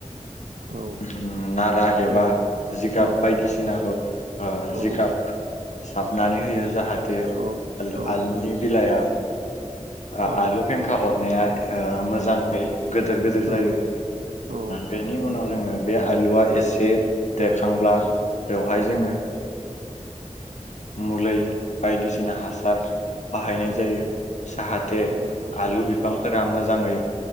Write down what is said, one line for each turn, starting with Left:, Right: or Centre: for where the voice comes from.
Right: औ
Left: उम नारा एबा
Right: बाय
Left: जिगाब
Right: औ
Left: बायदिसिनाखौ ओ
Right: औ
Left: जिगाब साबनानै होयो जाहाथे
Right: औ औ
Left: आलुनि बिलाइआ ओ
Right: औ
Left: आलु फेंखा अरनाया ओ मोजाङै गोदोर गोदिर जायो
Right: औ औ
Left: बेनि उनाव जोङो बे आलुआ एसे देरखांब्ला बेवहाय जोङो मलै बायदिसिना हास बाहायनाय
Right: औ
Left: जायो जाहाथे
Right: औ नंगौ
Left: आलु बिफांफोरा मोजाङै